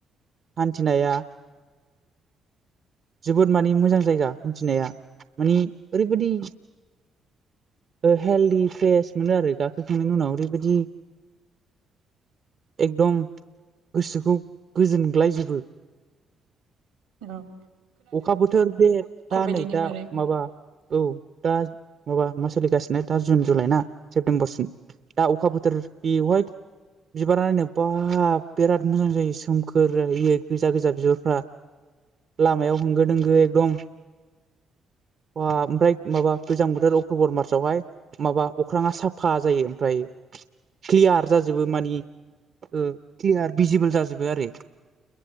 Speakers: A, on the right; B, on the right.
A: हान्थिनाया जोबोद मान मोजां जायगा हान्थिनाया मानि, ओरैबायदि हेल्दि फ्रेस मोनो आरो गाखोखांनायनि उनाव ओरैबायदि एकदम गोसोखौ गोजोनग्लायजोबो।
B: ओम।
A: अखा बोथोर बे दा
B: भेलिनि
A: नै दा
B: बारै
A: माबा औ दा माबा मा सोलिगासिनो दा जुन जुलाइ ना सेप्तेम्बरसिम दा अखा बोथोर बेवहाय बिबारा नायनो बाब बिराद मोजां जायो सोमखोरै गोजा गोजा बिबारफ्रा
B: <inaudible>
A: लामायाव होंगो दोंगो एकदम
B: <inaudible>
A: बाह ओमफ्राय माबा गोजां बोथोर अक्ट बर मासआवहाय माबा अख्राङा साफा जायो ओमफ्राय क्लियार जाजोबो मानि ओ क्लियार भिजिबोल जाजोबो आरो